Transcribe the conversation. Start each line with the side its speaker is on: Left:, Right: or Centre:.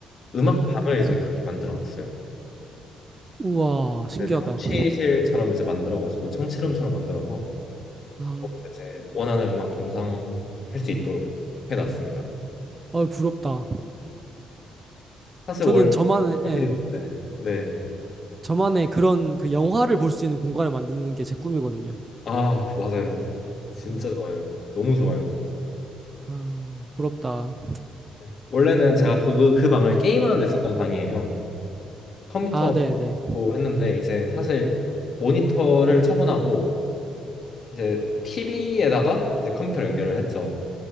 Left: 음악
Right: 아,
Left: 방을 이제 그렇게 만들어 놨어요.
Right: 우와, 신기하다.
Left: 그 청취실처럼 이제 만들어가지고 청취룸처럼 만들어서
Right: 아,
Left: 거기서 이제 원하는 음악 감상할 수 있도록 해놨습니다.
Right: 어, 부럽다.
Left: 사실
Right: 저는
Left: 원래
Right: 저만의,
Left: 사무실이었는데
Right: 예,
Left: 네.
Right: 저만의 그런 그 영화를 볼 수 있는 공간을 만드는 게 제 꿈이거든요.
Left: 아 맞아요. 진짜
Right: 네.
Left: 좋아요. 너무 좋아요.
Right: 아, 부럽다.
Left: 네. 원래는 제가 그, 그 방을 게임하는 데 썼던 방이에요. 컴퓨터로
Right: 아, 네, 네.
Left: 했는데 이제 사실 모니터를 처분하고 이제 TV에다가 이제 컴퓨터를 연결을 했죠.